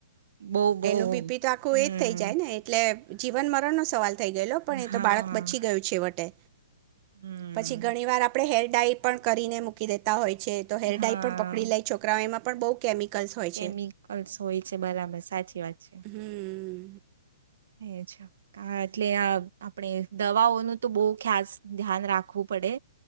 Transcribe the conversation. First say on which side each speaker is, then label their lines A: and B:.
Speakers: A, on the right (about 55°); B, on the right (about 25°).
A: બહુ બહુ
B: એનું બીપી તો આખું
A: હમ
B: એજ થઇ જાય ને એટલે જીવન મરણ નો સવાલ થઈ ગયેલો પણ એ
A: હા
B: તો બાળક બચી ગયું છેવટે.
A: હમ
B: પછી ઘણી વાર આપડે હેલ ડાઇ પણ કરીને મૂકી દેતા હોય છે તો હેરડાઈ
A: હા
B: પણ પકડી લે છોકરાઓ એમાં પણ બહુ કેમિકલ્સ હોય
A: કેમિકલ્સ
B: છે
A: હોય છે, બરાબર, સા ચી વાત છે.
B: હમ
A: એ જ, હા એટલે આપણેે દવાઓનું તો બહું ખ્યાસ ધ્યાન રાખવું પડે,